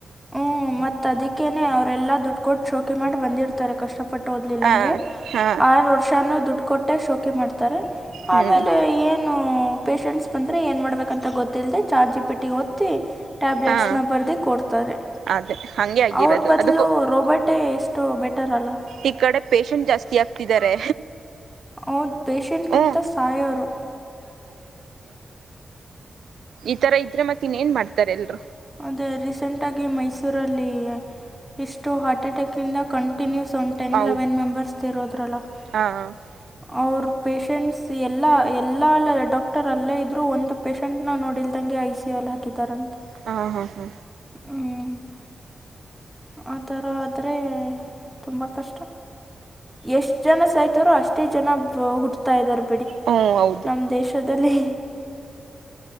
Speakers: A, in the centre; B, on the right.
A: ಹಂ ಮತ್ ಅದಿಕ್ಕೆನೆ ಅವರೆಲ್ಲಾ ದುಡ್ಡು ಕೊಟ್ಟು ಶೋಕಿ ಮಾಡಿ ಬಂದಿರ್ತಾರೆ ಕಷ್ಟಪ. ಪಟ್ಟು ಹೋದ್ಲಿಲ್ಲ
B: ಹ
A: ಅಂಗೆ
B: ಹಾ
A: ಆರು ವರ್ಷಾನ ದುಡ್ಡು ಕೊಟ್ಟೆ ಶೋಕಿ ಮಾಡ್ತಾರೆ
B: ಹ್ಮ್
A: ಆಮೇಲೆ. ಏನು ಪೇಶಷೆಂಟ್ಸ್ ಬಂದ್ರೆ ಏನ್ ಮಾಡ್ಬೇಕಂತ ಗೊತ್ತ. ಲ್ದೆ ಚಾಟ್ ಜಿಪಿಟಿ ಹೊತ್ತಿ ಟ್ಯಾಬ್ಲೆಟ್ಸ್
B: ಹಾ
A: ನ ಬರ್ದಿ ಕೊಡ್ತಾರೆ.
B: ಅದೇ ಹಂಗೆ ಆಗಿರೋದು
A: ಅವ್ರ ಬದ್ಲು
B: ಅದಕ್ಕೂ
A: ರೋಬೊಟೆ ಎಷ್ಟು. ಬೆಟರ್ ಅಲ್ಲ
B: ಈ ಕಡೆ ಪೇಶಂಟ್ ಜಾಸ್ತಿ ಆಗ್ತಿದ್ದಾರೆ.
A: ಹೌದು ಪೇಷಂಟ್
B: ಹ್ಮ್
A: ಗಿಂತ ಸಾಯರು.
B: ಈತರ ಇದ್ರೆ ಮತ್ತೆ ಇನ್ನೇನ್ ಮಾಡ್ತಾರೆ ಎಲ್ರೂ.
A: ಅದೇ ರೀಸೆಂಟಾಗಿ ಮೈಸೂರಲ್ಲಿ ಇಷ್ಟು ಹಾರ್ಟ್ ಅಟ್ಯಾಕ್ ಇಂದ ಕಂಟ. ಕಂಟಿನ್ಯೂಸ್ ಒ ಟೆನ್
B: ಹೌದು
A: ಲೆವೆನ್ ಮೆಂಬರ್ಸ್ರೋದ್ರಲ್ಲ
B: ಹಾ ಹಾ
A: ಅವಾರ್ ಪಷೆಂಟ್ಸ್ ಎಲ್ಲ ಎಲ್ಲ ಡಾಕ್ಟರ್ ಅಲ್ಲೇ ಇದ್ರು ಒಂದು ಪೇಶಂಟ್ ನ ನೋಡಿಲ್ದಂಗೆ ಐಸಿಯು ನಲ್ಲಿ ಹಾಕಿದ್ದಾರಂತೆ
B: ಹಾ ಹಾ ಹಾ.
A: ಹ್ಮ. ಆ ಥರ ಆದರೆ ತುಂಬ ಕಷ್ಟ. ಎಷ್ಟ ಜನ ಸಾಯತಾರೋ ಅಷ್ಟೇ ಜನ. ಹುಡ್ತಾ ಇದಾರೆ ಬಿಡಿ
B: ಹ್ಮ ಹೌದು
A: ನಮ್ಮ ದೇಶದಲ್ಲಿ.